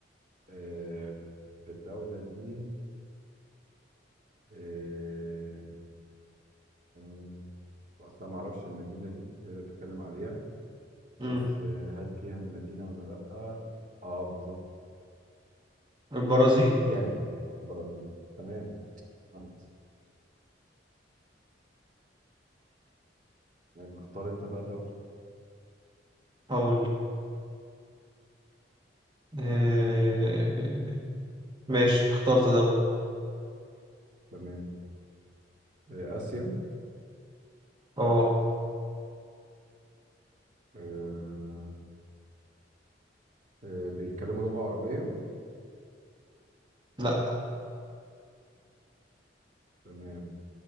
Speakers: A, on the right; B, on the right.
A: آه، في الدوله دي آه، آه، أصلا ما أعرفش المدينة دي اللي أنت بتتكلم عليها
B: مم.
A: بس آه، هل فيها المدينة ولا لأ؟ أه بالظبط
B: البرازيل
A: فيها المدينة البرازيل تمام كويس يعني اختار أنت بقى دولة
B: هقول آه... ماشي اخترت دولة
A: تمام آه، آسيا
B: اه
A: آه، آه، بيتكلموا لغة عربية
B: لا
A: تمام